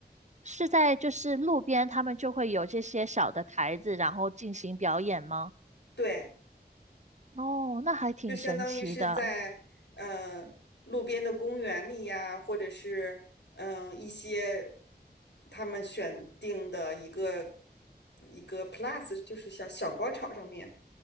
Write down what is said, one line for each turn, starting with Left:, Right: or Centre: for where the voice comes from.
Right: 是在就是路边他们就会有这些小的台子，然后进行表演吗？
Left: 对。
Right: 哦，那还挺神奇的。
Left: 就相当于是在呃路边的公园里呀，或者是嗯、呃一些他们选定的一个一个 plus，就是小小广场上面。